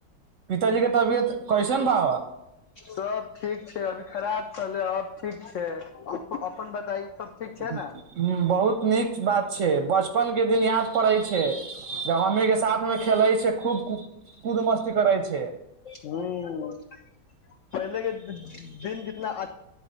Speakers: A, on the right; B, on the left.
A: पिताजी के तबियत कैसन बा
B: सब ठीक छै, अभी खराब छलै, अब ठीक छै, अप अपन बताई सब ठीक छै
A: उम्म
B: ने
A: बहुत नीक बात छै, बचपन के दिन याद पड़े छै, जब हमनी के साथ में खेले छै, खूब कु कूद, मस्ती करै छै।
B: ह्म्म पहिले के दिन कितना आ